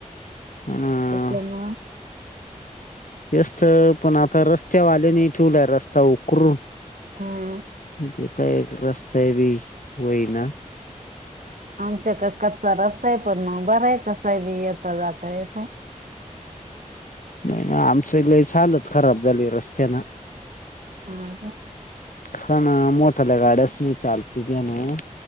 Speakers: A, on the left (about 80°); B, on the right (about 85°).
A: अ
B: त्याच्यामुळ.
A: तेचत पण आता रस्त्यावाल्यानी ठेवला रस्ता उकरून.
B: हम्म
A: ते काय एक रास्ते बी होईना.
B: आमच्याक कच्चा रस्ताय पण मग बर आहे कसा बी येता जात येतय.
A: नाही ना आमच लईच हालत खराब झाली रस्त्यान.
B: हा का.
A: हा ना मोठाल्या गाड्याच नाही चालती ध्यानावर.